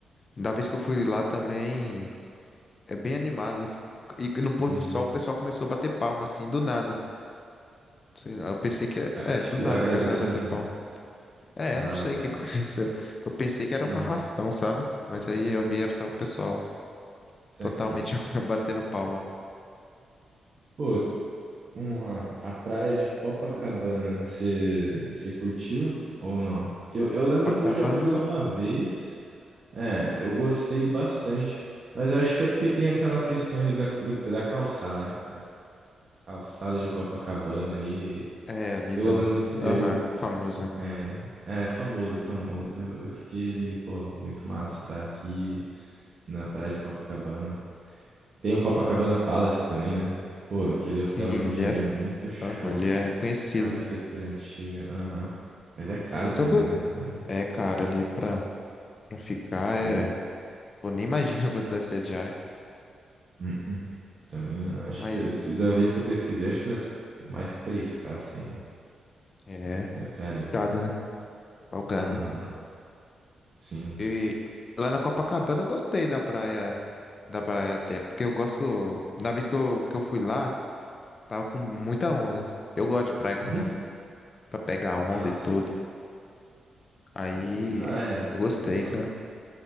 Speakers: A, on the left; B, on the right.
A: Da vez que eu fui lá também, é bem animado. E no pôr
B: Uhum.
A: do sol o pessoal começou a bater palma, assim, do nada. Sei lá, Eu pensei que, é,
B: Ah, <laughs>
A: é,
B: Tipo,
A: do nada
B: agradecendo,
A: começaram a bater
B: sei
A: palma.
B: lá.
A: É,
B: Da
A: não sei
B: hora, da
A: o que
B: hora.
A: <laughs> aconteceu. Eu pensei que era
B: Aham.
A: um arrastão, sabe? Mas aí eu vi só o pessoal
B: Isso
A: totalmente
B: aqui.
A: <laughs> batendo palma.
B: Pô, Vamos lá. A praia de Copacabana, você você curtiu ou não? Que eu, eu lembro
A: Copacabana
B: que eu já fui lá uma vez. É, eu gostei bastante. Mas eu acho que é porque tem aquela questão ali da, do- da calçada, né, cara? Calçada de Copacabana ali.
A: é ali
B: Pelo
A: da,
B: menos eu.
A: aham, famosa.
B: É, é famoso, é famoso. Eu, eu fiquei ali, pô, muito massa estar aqui na praia de Copacabana. Tem o Copacabana Palace também, né? Pô, aquele hotelzinho
A: Sim, ele
B: ali
A: é,
B: é muito show.
A: aham, ele é conhecido,
B: A arquitetura
A: né?
B: antiga, aham. Mas é caro
A: É, mas
B: também,
A: eu, go-
B: né? Eu não-
A: é, cara, ali pra, pra ficar é.
B: Hum,
A: Pô, nem imagino <laughs> quanto deve ser a diária.
B: hum, hum. Também, eu acho
A: Mas
B: que da se- da vez que eu pesquisei, acho que era mais que três k sei lá.
A: é
B: Era carinho.
A: gado, né? Salgado.
B: Aham, sim.
A: E lá na Copacabana eu gostei da praia, da praia até, porque eu gosto. Na vez que eu, que eu fui lá, tava com muita onda. Eu gosto de praia com
B: Uhum.
A: onda, pra pegar onda
B: Ah,
A: e
B: saquei.
A: tudo. Aí
B: Ah, é.
A: eu gostei,
B: Legal.
A: sabe?